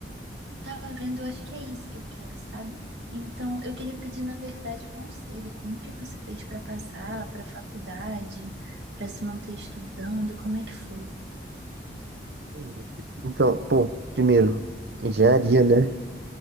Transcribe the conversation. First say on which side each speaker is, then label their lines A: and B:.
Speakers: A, on the right; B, on the right.
A: tava vendo, eu acho que é isso que eu quero, sabe? Então, eu queria pedir, na verdade, conselho. Como que você fez para passar para a faculdade, para se manter estudando? Como é que foi?
B: Pois é. Então, pô, primeiro, engenharia, né?